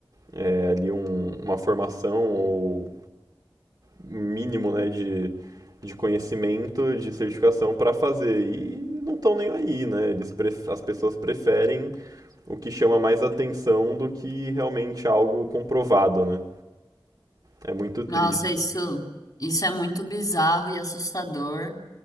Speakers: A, on the right; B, on the left.
A: é, ali um- uma formação ou mínimo, né, de, de conhecimento, de certificação para fazer. E não estão nem aí, né? Eles pref- as pessoas preferem o que chama mais atenção do que realmente algo comprovado, né? É muito triste.
B: Nossa, isso isso é muito bizarro e assustador.